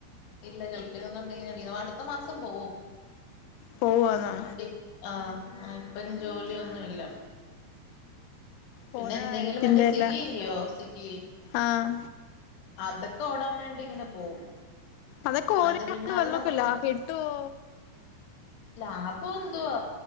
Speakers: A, on the left; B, on the left.
A: ഇല്ല ഗള്ഫിന് വന്നൊണ്ട് ഇങ്ങനെരിക്കുന്നു അടുത്ത മാസം പോവും
B: പോവാന്നോ
A: അതി ആഹ് ഇപ്പം ജോലിയൊന്നുല്ല
B: പോന്ന
A: പിന്നെ എന്തെങ്കിലും
B: കാര്യത്തിന്റെ
A: മറ്റേ സ്വിഗി
B: എല്ലാം
A: ഇല്ലയോ സ്വിഗി
B: ആഹ്
A: അതൊക്കെ ഓടാൻ വേണ്ടി ഇങ്ങനെ പോവും
B: അതൊക്കെ ഓടിക്കൊണ്ട്
A: അത് പിന്നെ അത്
B: വല്ലൊക്കെ
A: നമ്മുക്ക്
B: ലാ കിട്ടുവോ
A: ലാ ഇപ്പൊ എന്തുവാ